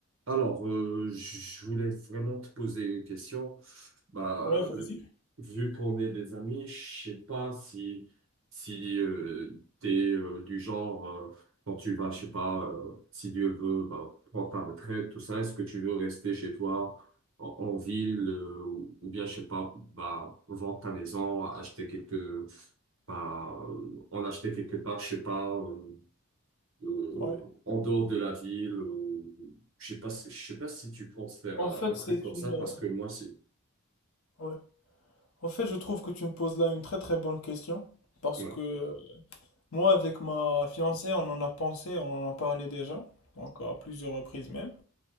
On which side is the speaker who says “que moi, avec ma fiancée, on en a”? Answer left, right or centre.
Left